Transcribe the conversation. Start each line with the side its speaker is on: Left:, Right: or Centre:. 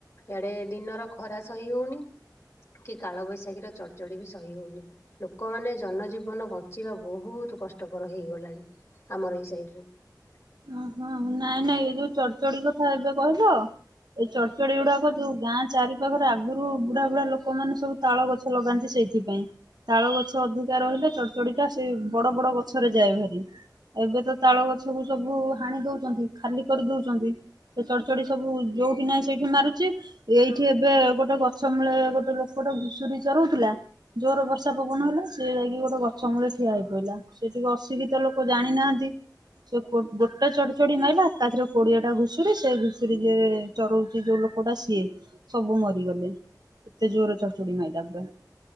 Left: ଆଡେ ଦିନର ଖରା ସହି ହଉନି କି କାଳ ବୈଶାଖୀ ର ଚଡଚଡି ବି ସହି ହଉନି ଲୋକମାନେ ଜନଜୀବନ ବଞ୍ଚିବା ବହୁତ କଷ୍ଟକର ହେଇଗଲାଣି। ଆମର ଏଇ ସାଇଡ ରେ ।
Right: ଓ ହୋ ନାଇଁ ନାଇଁ ଏ ଯୋଉ ଚଡ଼ଚଡି କଥା ଏବେ କହିଲ ଏଇ ଚଡଚଡି ଗୁଡାକ ଯୋଉ ଗାଁ ଚାରି ପାାଖରେ ଆଗରୁ ବୁଢା ବୁଢା ଲୋକମାନେ ସବୁ ତାଳ ଗଛ ଲଗାନ୍ତି ସେଇଥିପାଇଁ ତାଳ ଗଛ ଅଧିକା ରହିଲେ ଚଡଚଡି ଟା ସେଇ ବଡ ବଡ ଗଛରେ ଯାଏ ହେରି । ଏବେ ତ ତାଳ ଗଛକୁ ସବୁ ହାଣି ଦଉଛନ୍ତି ଖାଲି କରିଦଉଛନ୍ତି ସେ ଚଡଚଡ ସବୁ ଯୋଉଠି ନାହିଁ ସେଇଠି ମାରୁଛି ଏଇଠି ଏବେ ଗୋଟେ ଗଛ ମୂଳେ ଗୋଟେ ଲୋକ ଗୋଟେ ଘୁଷୁର ଚରଉଥିଲା ଜୋର ବର୍ଷା ପବନ ହେଲା ସେ ଯାଇକି ଗୋଟେ ଗଛ ମୂଳେ ଠିଆ ହୋଇ ପଡିଲା ସେଠିକି ଅଶିକ୍ଷିତ ଲୋକ ଜାଣିନାହାନ୍ତି, ସେ ଗୋଟେ ଚଡଚଡି ମାଇଲା ଏକାଥରେ କୋଡିଆ ଟା ଘୁଷୁର ସେ ଘୁଷୁର ଯେ ଚରଉଛି ଯୋଉ ଲୋକ ଟା ସିଏ ସବୁ ମରିଗଲେ ଏତେ ଜୋର ଚଡଚଡି ମାଇଲା ପୁରା।